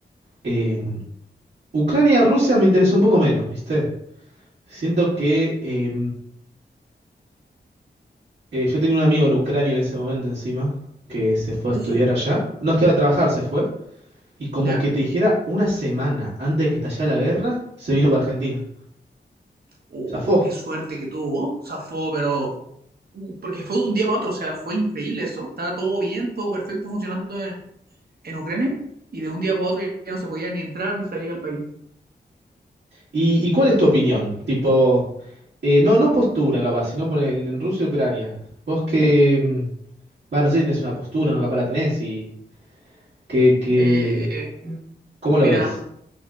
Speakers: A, on the right (about 75°); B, on the right (about 60°).
A: eh, Ucrania-Rusia me interesó un poco menos, ¿viste? Siento que... eh, Eh, yo tenía un amigo en Ucrania en ese momento encima, que se fue
B: Uh,
A: a estudiar allá. No estudiar a trabajar, se fue. Y como
B: ya.
A: que te dijera, una semana antes de que estallara la guerra, se vino para Argentina.
B: Oh,
A: Zafó.
B: qué suerte que tuvo. Zafó, pero. mm, Porque fue de un día para otro, o sea, fue increíble eso. Estaba todo bien, todo perfecto funcionando en, en Ucrania, y de un día para otro ya no se podía ni entrar ni salir al país.
A: ¿Y, y cuál es tu opinión? Tipo, eh, no, no postura capaz, sino por el- en Rusia y Ucrania. Vos que, mm, va, no sé si tenés una postura, no capaz la tenés y que, que,
B: Eh,
A: ¿cómo lo
B: mira,
A: ves?